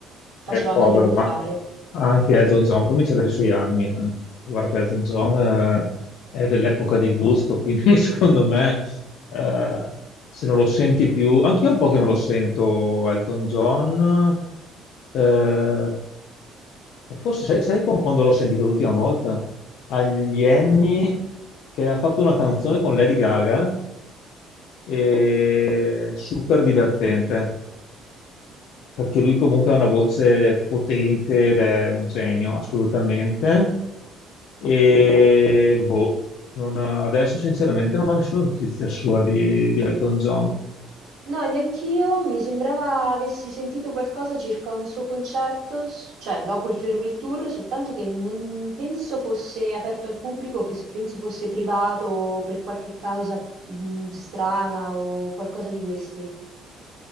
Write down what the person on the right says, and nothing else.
faceva
meglio non
fare.
No, neanch'io, mi sembrava avessi sentito qualcosa circa un suo concerto, s- cioè dopo il Farewell Tour, soltanto che non penso fosse aperto al pubblico, fes- penso fosse privato o per qualche causa mh, strana o qualcosa di questi.